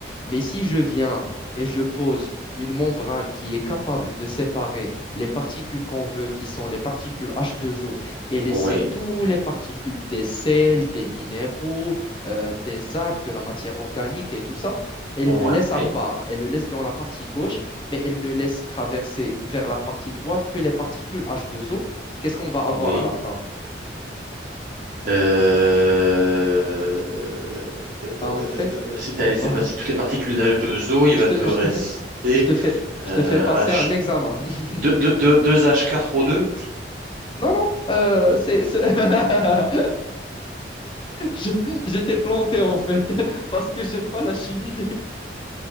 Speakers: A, on the left; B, on the right.
A: Mais si je viens et je pose une membrane qui est capable de séparer les particules qu'on veut, qui sont les particules H2O, et laisser
B: oui,
A: toutes les particules des sels, des minéraux, euh, des algues, de la matière organique et tout ça, elle
B: oui,
A: le laisse à part, elle le laisse dans la partie gauche, mais elle ne laisse traverser vers la partie droite que les particules H2O, qu'est-ce qu'on va avoir
B: oui.
A: à la fin?
B: Euh, euh,
A: Bah,
B: euh,
A: en fait,
B: euh, si tu
A: on
B: as laissé
A: va
B: passer toutes les particules dh deux o il
A: je
B: va
A: te,
B: te rester
A: je te, je te fais,
B: euh,
A: je te fais passer
B: H...
A: un examen. <laughs>
B: 2, h 4 o deux
A: Non, non, euh, c'est, c'est- <laughs> Je- j'étais planté en fait, <laughs> parce que j'aime pas la chimie.